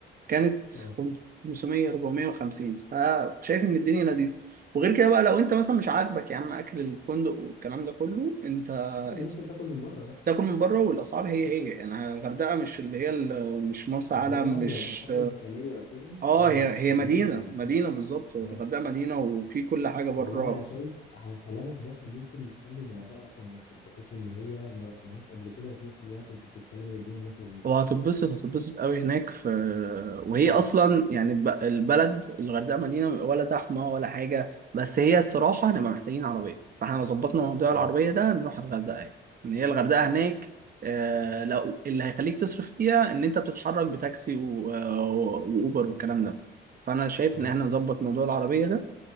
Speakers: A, on the right; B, on the left.
A: كانت
B: اه
A: خم- 500 450 فشايف ان الدنيا لذيذه وغير كده بقى لو انت مثلا مش عاجبك يا عم اكل الفندق والكلام ده كله انت
B: عادي
A: اس-
B: ممكن تاكل من بره بقى
A: تاكل من بره والاسعار هي هي يعني الغردقه مش اللي هي ال- مش مرسى
B: قصدي
A: علم
B: هي اه
A: مش
B: هي محافظه سكنيه وكده
A: اه
B: اه هي
A: هي
B: محافظه
A: هي
B: سكنيه
A: مدينه
B: ففيها
A: مدينه بالظبط الغردقه
B: اه
A: مدينه وفي كل حاجه بره
B: والله انا شايف على كلامك ده احنا ممكن نخلي الغردقه رقم واحد بحيث ان هي ما رحناهاش قبل كده وفي نفس الوقت انت بتتكلم ان الدنيا هناك لذيذه
A: وهتتبسط هتتبسط قوي هناك في وهي
B: اه
A: اصلا يعني الب- البلد الغردقه مدينه ولا زحمه ولا حاجه بس هي الصراحه هنبقى محتاجين عربيه فاحنا لو ظبطنا موضوع العربيه
B: اه
A: ده نروح الغردقه يعني ان هي الغردقه هناك آه لو اللي هيخليك تصرف فيها ان انت بتتحرك بتاكسي و- آه، واوبر والكلام ده فانا شايف
B: اه
A: ان احنا نظبط موضوع العربيه ده